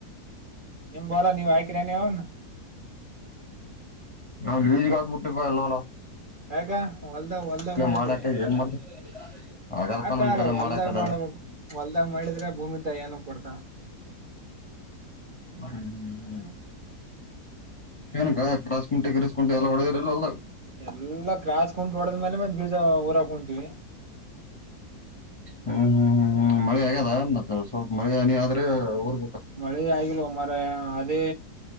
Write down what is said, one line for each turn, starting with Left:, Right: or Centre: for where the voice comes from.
Right: ನಿಮ ಬೋರ ನೀವ್ ಹಾಕಿರನೆ ಅವನು
Left: ನಾ ಲಜ ಕಾತ್ ಮುಟ್ಟಿಪ ಎಲ್ಲಲ್ಲ
Right: ಹಗ ಹೊಲ್ದ ಹೊಲ್ದ ಮಾಡ
Left: ಮಾಡಕ
Right: ಬಿಡ
Left: ಏನ್ ಮಾಡ್ತಿ ಆಗಲ್ಪ
Right: ಯಾಕಾಲ
Left: ನಮ್ ಕೈಲೆ
Right: ಹೊಲ್ದಾಗ್
Left: ಮಾಡಕ್ ಅದಲ್ಲ
Right: ಮಾಡಬೇಕ ಹೊಲ್ದಾಗ್ ಮಾಡಿದ್ರೆ ಭೂಮ ತ ಏನಕ್ ಕೊಡ್ತಾ
Left: ಹ ಹ
Right: ಹ
Left: ಹ್ಮ ಏನ್ ಕ ಕ್ರಸ್ ಕುಂಟಿ ಕಿಸಸ್ಕಂಟು ಎಲ್ಲ ಹೊಡದ್ರಲ್ ಅಲ್ದ
Right: ಎಲ್ಲಾ ಕ್ರಾಸ್ಕೊಂಡು ಓಡದ ಮೇಲೆ ಮ ಬೀಜ ಊರಾಕ ಕುಂತೀವಿ
Left: ಹ್ಮ್ ಹ್ಮ್ ಹ್ಮ್ ಹ್ಮ್ ಮಳೆ ಆಗ್ಯದ ಸ್ವಲ್ಪ ಮಳೆ ಹನಿ ಆದ್ರೆ ಊರ್
Right: ಮಳೆ ಆಗಿಲ್ಲ ಮಾರಯ ಅದೇ